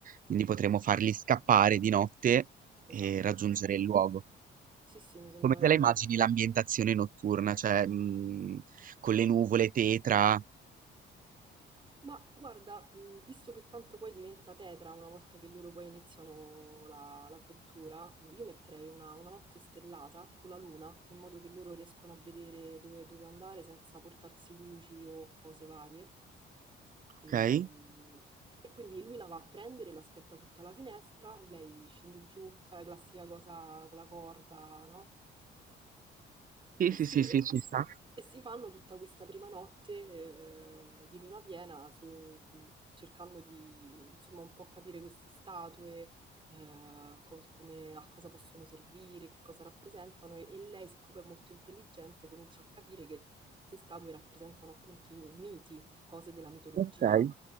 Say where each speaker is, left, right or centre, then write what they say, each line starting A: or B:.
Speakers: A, on the right; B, on the right.
A: Quindi potremmo farli scappare di notte
B: esatto.
A: e raggiungere il luogo.
B: Sì, sì, mi sembra
A: Come
B: una
A: te
B: cosa...
A: la immagini l'ambientazione notturna? Cioè, mhmm, con le nuvole tetra,
B: Ma guarda, mh, visto che tanto poi diventa tetra una volta che loro poi iniziano la- l'avventura, io metterei una, una notte stellata con la luna, in modo che loro riescono a vedere dove, dove andare senza portarsi luci o cose varie. E,
A: okay?
B: mh, e quindi lui la va a prendere, l'aspetta sotto la finestra, lei scende giù, sai la classica cosa con la corda, no?
A: Sì,
B: E
A: sì,
B: sì,
A: sì, sì,
B: e,
A: ci sta.
B: e si fanno tutta questa prima notte eh, di luna piena su- cercando di insomma un po' capire queste statue, eh, cos- come- a cosa possono servire, che cosa rappresentano e, e lei, siccome è molto intelligente, comincia a capire che queste statue rappresentano appunto i mi- miti, cose della mitologia.
A: Okay.